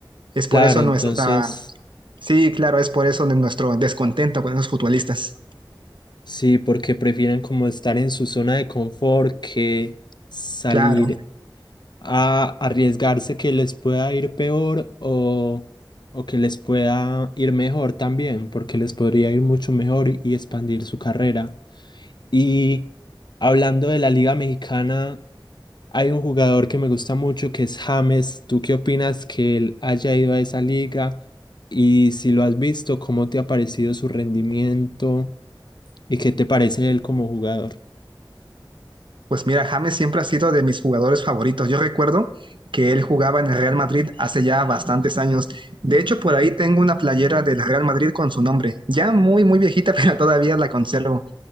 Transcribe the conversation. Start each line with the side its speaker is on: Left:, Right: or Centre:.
Right: Es por
Left: Claro,
Right: eso
Left: entonces...
Right: nuestra, Sí, claro, es por eso de nuestro descontento con esos futbolistas.
Left: Sí, porque prefieren como estar en su zona de confort que salir
Right: Claro,
Left: a arriesgarse que les pueda ir peor o, o que les pueda ir mejor también, porque les podría ir mucho mejor y, y expandir su carrera. Y hablando de la Liga Mexicana, hay un jugador que me gusta mucho que es James. ¿Tú qué opinas que él haya ido a esa liga? Y si lo has visto, ¿cómo te ha parecido su rendimiento? ¿Y qué te parece él como jugador?
Right: pues mira, James siempre ha sido de mis jugadores favoritos. Yo recuerdo que él jugaba en el Real Madrid hace ya bastantes años. De hecho, por ahí tengo una playera del Real Madrid con su nombre, ya muy, muy viejita, <laughs> pero todavía la conservo.